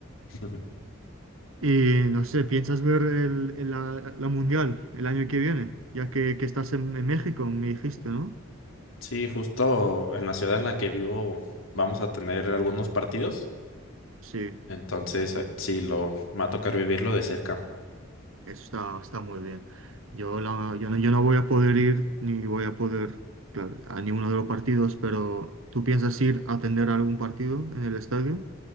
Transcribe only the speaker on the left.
Ujú.
Sí, justo en la ciudad en la que vivo vamos a tener algunos partidos.
Entonces, eh, sí, lo, me va a tocar vivirlo de cerca.